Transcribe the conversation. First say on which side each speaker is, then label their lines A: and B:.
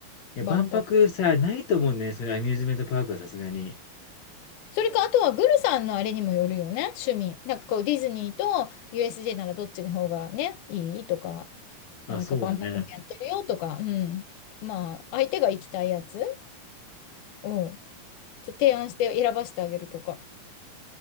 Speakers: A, on the left; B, on the left.
A: いや、
B: 万博。
A: 万博さ、ないと思うんだよね、そういうアミューズメントパークはさすがに。
B: それか、あとはグルさんのあれにもよるよね、趣味。なんかこう、ディズニーと USJ ならどっちの方がね、いいとか、
A: まあ、
B: なんか万博もやってるよとか、
A: そうだね。
B: うん。まあ、相手が行きたいやつを、ちょっと提案して選ばせてあげるとか。